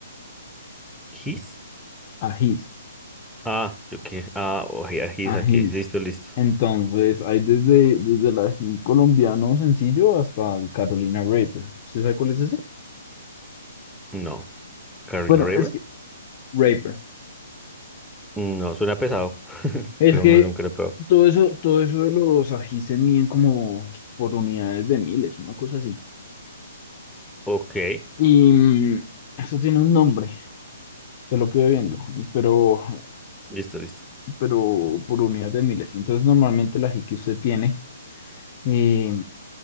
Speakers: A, in the centre; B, on the left.
A: ¿His?
B: ají.
A: Ah, yo qué, ah, oye, his
B: ajís.
A: aquí, listo, listo.
B: Entonces, hay desde, desde el ají colombiano sencillo hasta el Carolina Reaper. ¿Usted sabe cuál es ese?
A: No, Carino
B: Bueno,
A: River,
B: es que, Raper.
A: no, suena pesado, <laughs>
B: Es
A: pero
B: que
A: no sé, nunca lo he probado.
B: todo eso, todo eso de los ají se miden como por unidades de miles, una cosa así.
A: Ok,
B: Y mm, eso tiene un nombre, se lo quedo viendo, y- pero,
A: listo, listo,
B: pero por unidades de miles. Entonces, normalmente el ají que usted tiene, eh,